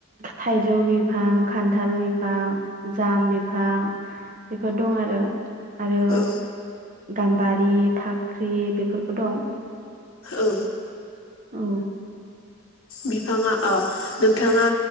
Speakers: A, on the right (about 40°); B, on the left (about 85°).
A: थाइजौ बिफां खान्थाल बिफां जाम बिफां बेफोर दं आरो आरो
B: औ
A: गाम्बारि फाख्रि बेफोर दं
B: औ
A: औ
B: बिफाङा अ नोंथाङा